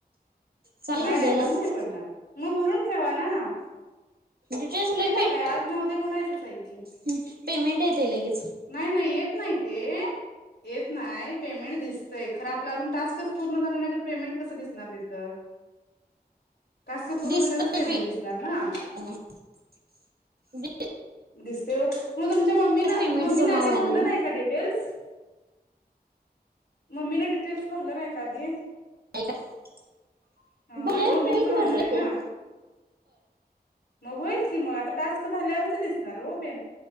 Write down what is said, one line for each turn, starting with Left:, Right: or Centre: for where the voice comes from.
Right: चालेल
Left: नाही
Right: उद्याला
Left: नाही बंद
Right: पण
Left: नाही पडणार, मग भरून ठेवा ना.
Right: डिटेल्स भरले
Left: त्याला काय आज ना उद्या भरायचंच आहे की.
Right: हं पेमेंट येतंय लगेच.
Left: नाही नाही येत नाही ते, येत नाही, पेमेंट दिसतंय. खरं आपला अजून टास्कच पूर्ण झालं नाहीतर, पेमेंट कसं दिसणार तिथं? टास्कं पूर्ण
Right: दिसत
Left: झाल्यालाच पेमेंट दिसणार ना.
Right: <inaudible>
Left: दिसतंय ओ, मग तुमच्या मम्मीनं
Right: पेमेंट
Left: मम्मीननं
Right: जमा
Left: आधी
Right: व्हायले
Left: भरलं
Right: ना
Left: नाही का डिटेल्स? मम्मीनं डिटेल्स भरलं नाही का आधी?
Right: <unintelligible>
Left: हा
Right: बोललेलं
Left: मग आता मम्मीचच
Right: होत
Left: घालणार
Right: ते भरलं
Left: आहे ना
Right: कीया.
Left: मग होईल की मग, आता टास्क झाल्यावरच दिसणार ओ.